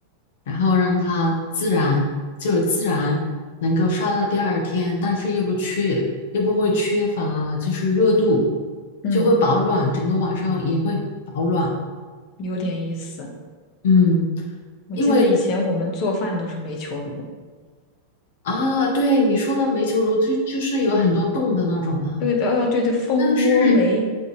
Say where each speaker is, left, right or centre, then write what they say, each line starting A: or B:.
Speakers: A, on the left; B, on the left.
A: 然后让它自然就是自然能够烧到第二天，但是又不缺又不会缺乏就是热度，
B: 嗯，
A: 就会保暖，整个晚上也会保暖。
B: 有点意思。
A: 嗯，
B: 我记得以前我们做饭都是煤球炉，
A: 因为啊，对你说的煤球炉就就是有很多洞的那种嘛，
B: 对的，呃，对对，蜂窝煤，
A: 那个是。